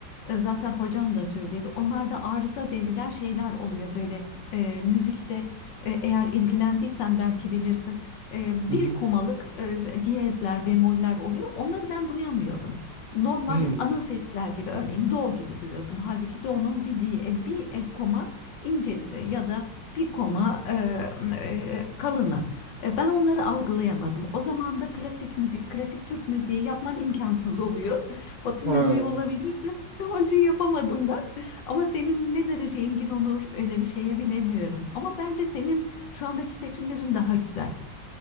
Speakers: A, on the left; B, on the right.
A: E, Zaten hocam da söyledi. Onlarda arıza denilen şeyler oluyor böyle e, müzikte e, eğer ilgilendiysen belki bilirsin. E,
B: Hı
A: bir
B: hı.
A: komalık e, diyezler, bemoller oluyor. Onları ben duyamıyordum. Normal
B: Hmm.
A: ana sesler gibi örneğin do gibi duyuyordum. Halbuki do'nun bir diye bir e, koma incesi ya da bir koma e, e, kalını. E, Ben onları algılayamadım. O zaman da klasik müzik, klasik Türk müziği yapman imkansız oluyor. <laughs> Batı
B: Ha.
A: müziği olabilirdi. Onun için yapamadım da. Ama senin ne derece ilgin olur öyle bir şeye bilemiyorum. Ama bence senin şu andaki seçimlerin daha güzel.